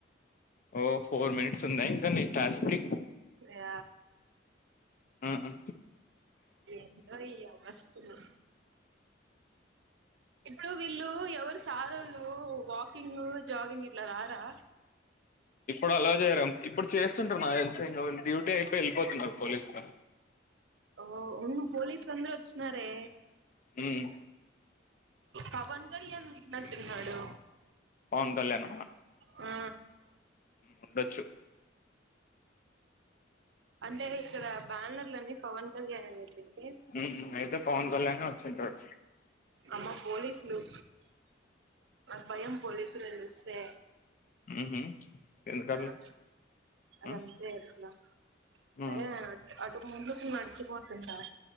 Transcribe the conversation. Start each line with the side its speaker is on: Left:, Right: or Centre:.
Left: ఓ ఫోర్ మినిట్స్ ఉందా ఇంకా నీ టాస్క్ కి
Right: ఇగ
Left: మ్మ్
Right: ఎందో ఈ అవస్థలు ఇప్పుడు వీళ్ళు ఎవరు సారోళ్ళు వాకింగ్ జాగింగ్ ఇట్లా రారా
Left: ఇప్పుడు అలా చేరాం ఇప్పుడు చేస్తుంటారు నాక్ తెలిసి డ్యూటీ అయిపోయి వెళ్ళిపోతున్నారు పోలీసు లో
Right: ఓ ఊను పోలీసులందరూ వచ్చినారే
Left: ఉమ్
Right: పవన్ కళ్యాణ్ వచ్చినట్టున్నాడు
Left: పవన్ కళ్యాణ
Right: ఆ
Left: ఉండొచ్చు
Right: అంటే ఇక్కడ బ్యానర్లని పవన్ కళ్యాణ్ వి పెట్టింటే
Left: ఉమ్ అయితే పవన్ కళ్యాణే వచ్చింటాడు
Right: అమ్మ పోలీసులు నాకు భయం పోలీసులను చూస్తే
Left: ఉహు ఎందుకట్లా
Right: ఆహా అది
Left: ఆ
Right: అంతే అట్ల
Left: ఆ
Right: సరే మనం అటు ముందుకు నడిచు పోతుంట